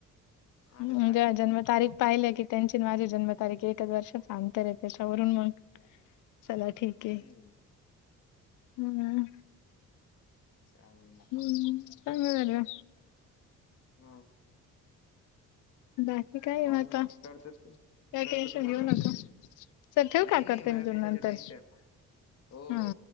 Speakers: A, on the left; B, on the left.
A: हा
B: म्हणजे
A: ते तर आहे
B: जन्मतारीख पाहिलं की त्यांचीन माझी जन्मतारीख एच वर्षाच अंतरे. त्याच्यावरून मग चला ठीके.
A: हम्म
B: हम्म.
A: चागल.
B: हम्म चांगलं झालं.
A: हो.
B: <unintelligible>
A: चालेल
B: आता
A: मग, करतो तू,
B: काय
A: करतो
B: टेन्शन
A: तुम्हाला
B: घेऊ
A: नंतर
B: नको
A: मग मी.
B: चल ठेवू
A: नाही
B: का
A: नाही
B: करते
A: मला
B: मी तुला
A: कशाच
B: नंतर
A: टेन्शन. हो
B: हा
A: हो.